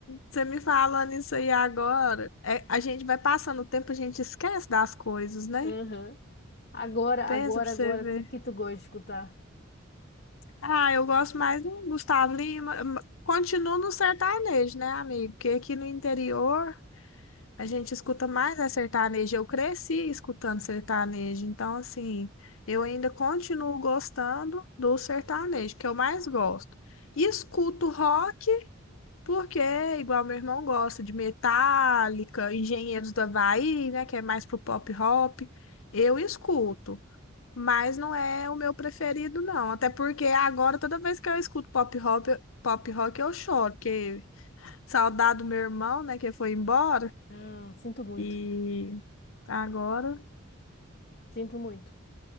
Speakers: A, on the left; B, on the left.
A: Você me falando isso aí agora, é, a gente vai passando o tempo, a gente esquece das coisas, né?
B: Aham. Agora,
A: Pensa
B: agora,
A: pra você
B: agora,
A: ver.
B: o que, que tu gosta de escutar?
A: Ah, eu gosto mais do Gustavo Lima. m- Continuo no sertanejo, né, amigo? Porque aqui no interior a gente escuta mais é sertanejo. Eu cresci escutando sertanejo, então assim, eu ainda continuo gostando do sertanejo, que eu mais gosto. E escuto rock Porque, é igual meu irmão gosta de Metallica, Engenheiros do Havaí, né, que é mais pro pop rock, eu escuto, mas não é o meu preferido, não. Até porque agora, toda vez que eu escuto pop rock, pop rock eu choro, porque saudade do meu irmão, né, que foi embora,
B: Ah, sinto muito,
A: e agora...
B: sinto muito.